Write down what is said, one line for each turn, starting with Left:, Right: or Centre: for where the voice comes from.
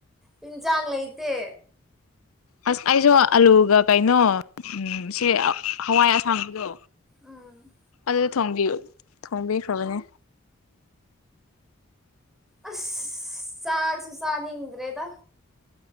Centre: ꯌꯦꯟꯁꯥꯡ ꯂꯩꯇꯦ
Left: ꯑꯁ ꯑꯩꯁꯨ ꯑꯂꯨꯒ ꯀꯩꯅꯣ ꯁꯦ ꯍꯋꯥꯏ ꯑꯁꯥꯡꯕꯗꯣ
Centre: ꯎꯝ
Left: ꯑꯗꯨ ꯊ ꯊꯣꯡꯕꯤꯈ꯭ꯔꯕꯅꯦ
Centre: ꯑꯁ ꯁꯥꯥꯛꯁꯨ ꯁꯅꯤꯗ꯭ꯔꯦꯗ